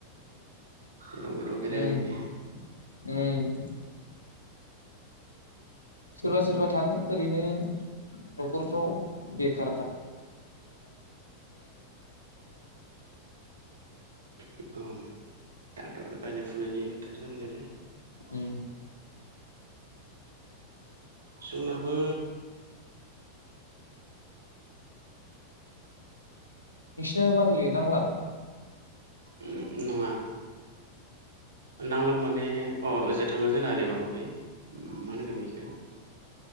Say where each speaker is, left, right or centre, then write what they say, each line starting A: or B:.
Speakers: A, on the right; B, on the left.
A: नोंबोथ' बेरायनो
B: उम
A: लुबैयो?
B: उम। सोरबा सोरबा थाङो ओरैनो न'खरफ्राव बेख
A: औ
B: उम
A: जोंनाबो
B: नोंसिना मागोलैयो नांलाब
A: ओ नङा नांलाम माने अ ओजों थाङो जोंना ओरै माबाखै मानहोनगोन बिखो